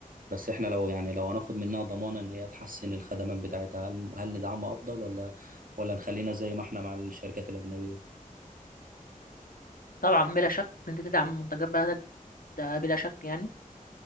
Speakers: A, on the right; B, on the left.
A: بس احنا لو يعني لو هناخد منها ضمانه ان هي تحسن الخدمات بتاعتها هل, هل ندعمها افضل ولا ولا نخلينا زي ما احنا مع الشركات الاجنبيه
B: طبعا بلا شك إن انت تدعم منتجات بلدك ده بلا شك يعني